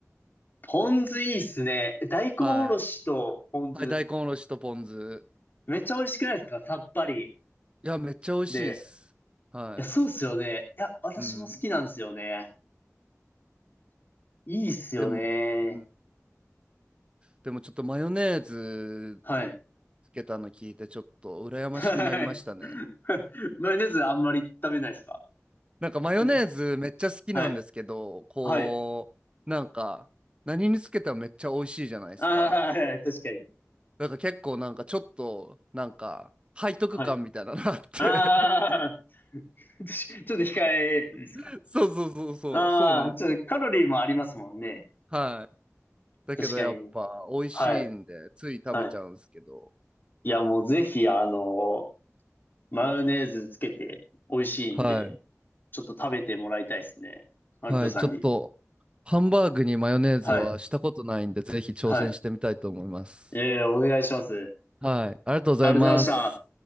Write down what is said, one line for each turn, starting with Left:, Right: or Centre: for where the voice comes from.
Left: ー、ポン酢いいっすね。大根おろしとポン酢、
Right: はい。はい、大根おろしとポン酢。
Left: めっちゃ美味しくないですかさっぱり。
Right: いや、めっちゃ美味しいっす。
Left: で、
Right: はい。
Left: いや、そうっすよね。いや、私も好きなんですよね。
Right: うん。
Left: いいっすよね。
Right: でも、うん、でもちょっとマヨネーズ
Left: はい。
Right: つけたの聞いてちょっと羨ましくなりましたね。
Left: はい。<laughs> マヨネーズあんまり食べないですか
Right: なんかマヨネーズめっちゃ好きなんですけど、
Left: うん。はい。
Right: こう、
Left: はい。
Right: なんか何につけてもめっちゃ美味しいじゃないですか。
Left: ああ、はいはい確かに。
Right: なんか結構なんかちょっとなんか背徳感みたいなのあって
Left: はい。ああ、<laughs> ちょっと控えですか
Right: <laughs> そうそうそうそう、
Left: ああ、
Right: そうなんですけど。
Left: ちょっとカロリーもありますもんね。
Right: はい。だけどやっぱ美味しいんでつい食べちゃうんですけど。
Left: 確かに。はい。はい。いや、もうぜひ、あの、マヨネーズつけて美味しいんで、
Right: はい
Left: ちょっと食べてもらいたいですね。マルトさんに。
Right: はい、ちょっと、ハンバーグにマヨネーズはしたことないんで、
Left: はい。
Right: ぜひ挑戦してみたいと思います。
Left: はい。ええ、お願いします。
Right: はい、ありがとうございます。
Left: ありがとうございました。